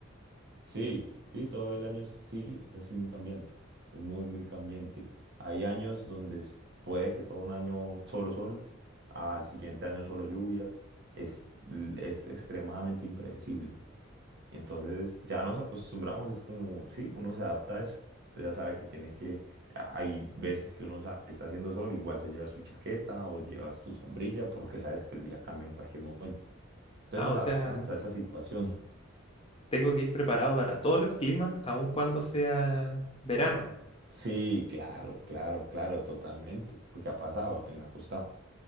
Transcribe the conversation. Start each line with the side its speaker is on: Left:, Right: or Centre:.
Right: Sí, sí, todo el año sí, es así muy cambiante, es muy, muy cambiante. Hay años donde es- puede que todo un año solo sol, al siguiente año solo lluvia, es, es extremadamente impredecible. Entonces ya nos acostumbramos, es como, sí, uno se adapta a eso. Entonces ya sabe que tiene que, hay veces que uno sabe que está haciendo sol, igual se lleva su chaqueta o llevas tu sombrilla porque sabes que el día cambia en cualquier momento. Entonces
Left: Ah,
Right: nos
Left: o
Right: adaptamos
Left: sea,
Right: a esa situación.
Left: Tengo que ir preparado para todos los climas, aun cuando sea verano.
Right: Sí, claro, claro, claro, totalmente, porque ha pasado en la costa